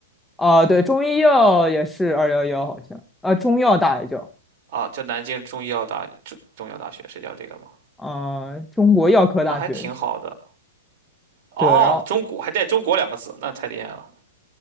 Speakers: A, in the centre; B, on the right (about 50°).
A: 啊，对，中医药也是二幺幺，好像啊，中药大学，叫，
B: 啊？叫南京中医药大中中医药大学是叫这个吗？
A: 啊，中国药科大学，
B: 那还挺好的哦，
A: 对，然后
B: 中国还带“中国”两个字，那太厉害了。